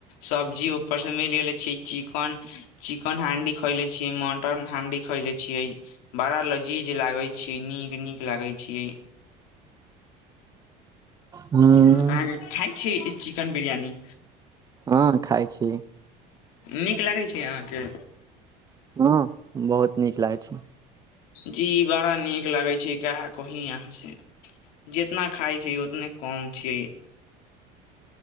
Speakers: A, on the left; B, on the right.
A: सब्जी ऊपर सऽ मिल गेले छी चिकन चिकन हांडी खएले छी म टन हंडी खैले छियै बड़ा लजीज लागय छी नीक नीक लागय छियै
B: हूँऽ
A: अहां के खाय छैय ई चिकेन बिरियानी
B: हँ खाय छी
A: नीक लागैय छैय अहाँके
B: हँ बहुत नीक लागय छैय
A: जी बड़ा नीक लागै छैय का कही अहाँ से जितना खाय छैय ओतने कम छियै